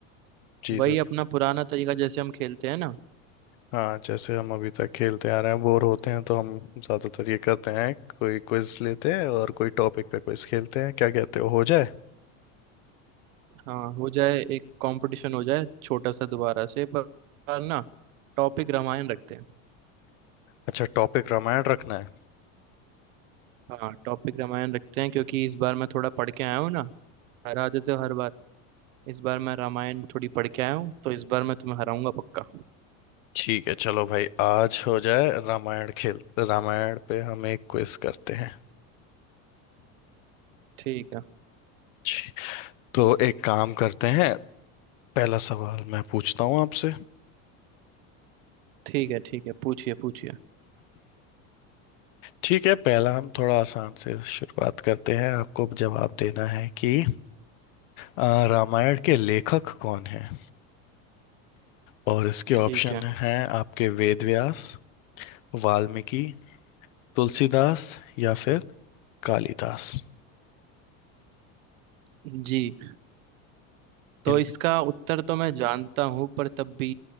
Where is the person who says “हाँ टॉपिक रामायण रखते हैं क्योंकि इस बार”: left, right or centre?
Right